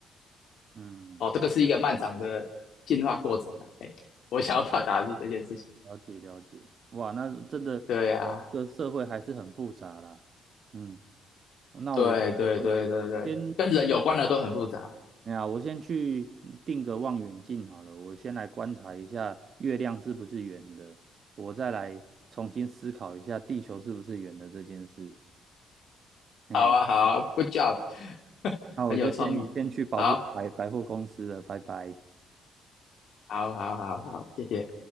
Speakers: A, on the right; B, on the left.
A: 嗯，
B: 哦，这个是一个漫长的进化过程啊。哎，我想要表达的是这件事情。
A: 了解了解，哇，那真的
B: 对啊，
A: 这个社会还是很复杂啦，嗯，那我我我先去，
B: 对对对对对，跟人有关的都很复杂。
A: 哎呀，我先去定个望远镜好了，我先来观察一下月亮是不是圆的，我再来重新思考一下地球是不是圆的这件事。哎，
B: 好啊，好 g o o d job，<laughs>
A: 那我就先先去保护百百货公司了，
B: 很有创意。好，
A: 拜拜。
B: 好，好，好，好，谢谢。